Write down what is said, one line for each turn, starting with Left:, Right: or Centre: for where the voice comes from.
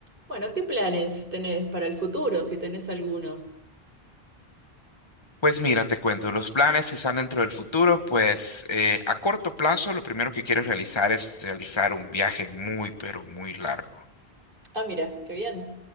Right: Bueno, ¿qué planes tenés para el futuro, si tenés alguno?
Left: Pues mira, te cuento, los planes que están dentro del futuro, pues eh, a corto plazo lo primero que quiero realizar es realizar un viaje muy, pero muy largo.
Right: Ah, mira, qué bien.